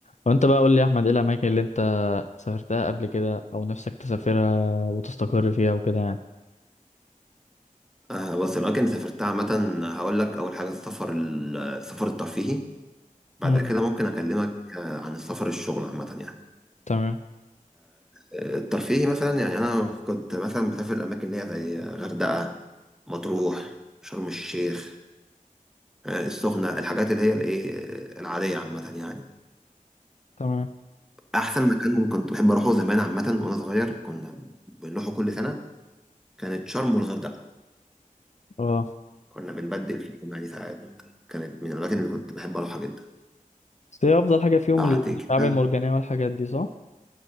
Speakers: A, on the left; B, in the centre.
A: وانت بقى قول لي يا احمد ايه الاماكن اللي انت سافرتها قبل كده او نفسك تسافرها وتستقر فيها وكده يعني
B: آه، بص الأماكن اللي سافرتها عامة هقول لك أول حاجة السفر ال- السفر الترفيهي بعد
A: مم.
B: كده ممكن أكلمك آه، عن السفر الشغل عامة يعني
A: تمام
B: آه، الترفيهي مثلا يعني أنا كنت مثلا بسافر الأماكن اللي هي زي غردقة مطروح شرم الشيخ آه، السخنة الحاجات اللي هي الإيه آه، العادية عامة يعني
A: تمام
B: أحسن مكان كنت بحب أروحه زمان عامة وأنا صغير كنا بنروحه كل سنة كانت شرم والغردقة
A: اه
B: كنا بنبدل فيهم يعني ساعات كانت من الأماكن اللي كنت بحب أروحها جدا
A: بس هي افضل حاجه فيهم
B: بعد
A: الشعاب
B: كده
A: المرجانيه والحاجات دي صح